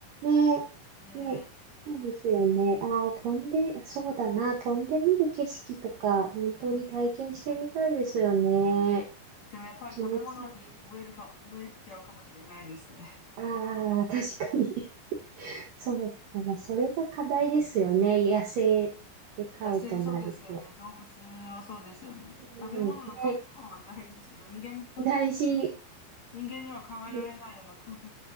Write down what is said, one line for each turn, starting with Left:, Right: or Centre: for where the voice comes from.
Right: ね、
Left: ね
Right: ね、そうですよね。ああ、飛んで、そうだな、飛んでみる景色とか、本当に体験してみたいですよね。
Left: え。でもやっぱり食べ物に植えるか、
Right: 気持ちいい。
Left: 植えちゃうかもしれないですね。
Right: ああ、確かに。<laughs> そうだな、それが課題ですよね。野生で飼うとなると。
Left: 野生そうですよね。動物はそうですよね。
Right: うん、
Left: 食べ物の確保は大事です。
Right: ね、
Left: もう人間と、
Right: 大事。
Left: 人間には考えられないような空腹
Right: ね